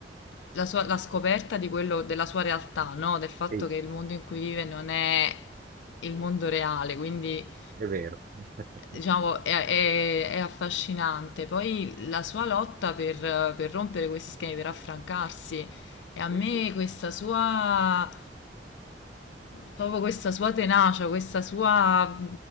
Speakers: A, on the left; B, on the right.
A: la sua, la scoperta di quello, della sua realtà, no? Del fatto
B: Sì,
A: che il mondo in cui vive non è il mondo reale, quindi
B: è vero. <laughs>
A: diciamo è, è- è affascinante. Poi la sua lotta per, per rompere questi schemi, per affrancarsi, e a
B: Penso.
A: me questa sua proprio questa sua tenacia, questa sua